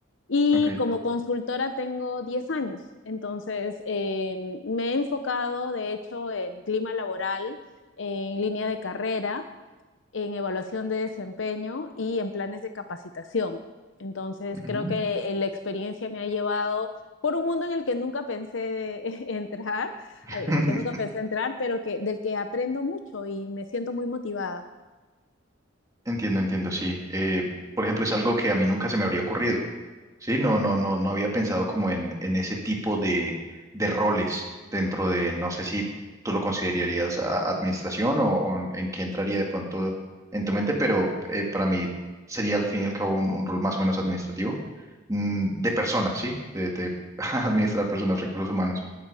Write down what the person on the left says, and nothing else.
Y
como consultora tengo 10 años, entonces eh, me he enfocado de hecho en clima laboral, en línea de carrera, en evaluación de desempeño y en planes de capacitación. Entonces
creo que eh, la experiencia me ha llevado por un mundo en el que nunca pensé <laughs> entrar,
al, al que nunca pensé entrar, pero que, del que aprendo mucho y me siento muy motivada.